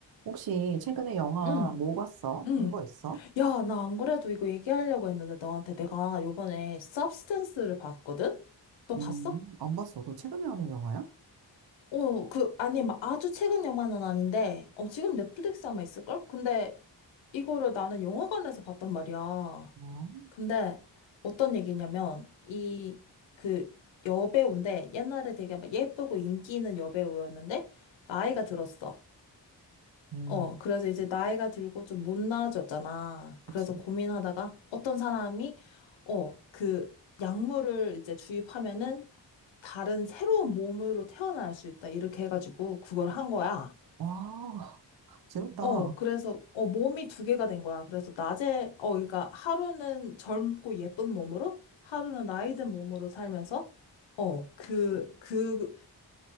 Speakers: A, on the right; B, on the left.
A: 혹시 최근에 영화
B: 응,
A: 뭐 봤어?
B: 응.
A: 본 거 있어?
B: 야, 나 안 그래도 이거 얘기하려고 했는데 너한테 내가 요번에 서브스턴스를 봤거든? 너 봤어?
A: 음, 안 봤어. 너 최근에 하는 영화야?
B: 어, 그, 아니, 막 아주 최근 영화는 아닌데, 어, 지금 넷플릭스 아마 있을걸? 근데 이거를 나는 영화관에서 봤단 말이야.
A: 뭐,
B: 근데 어떤 얘기냐면, 이, 그, 여배우인데, 옛날에 되게 막 예쁘고 인기 있는 여배우였는데, 나이가 들었어.
A: 음,
B: 어, 그래서 이제 나이가 들고 좀 못나아졌잖아.
A: 그치.
B: 그래서 고민하다가 어떤 사람이, 어, 그 약물을 이제 주입하면은 다른 새로운 몸으로 태어날 수 있다. 이렇게 해가지고 그걸 한 거야.
A: 와, <laughs> 재밌다.
B: 어, 그래서, 어, 몸이 두 개가 된 거야. 그래서 낮에, 어, 그러니까 하루는 젊고 예쁜 몸으로, 하루는 나이 든 몸으로 살면서, 어, 그, 그